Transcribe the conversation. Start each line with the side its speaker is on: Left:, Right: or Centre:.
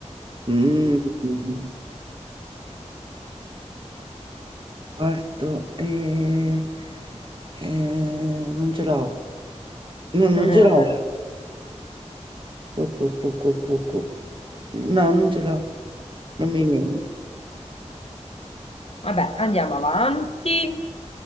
Right: mm, parto. eh, eh, non ce l'ho. No, non
Left: Eh,
Right: ce l'ho. Cu- cu- cu- cu- cu- cu. No, non ce l'ho. Non mi viene.
Left: Vabbè, andiamo avanti.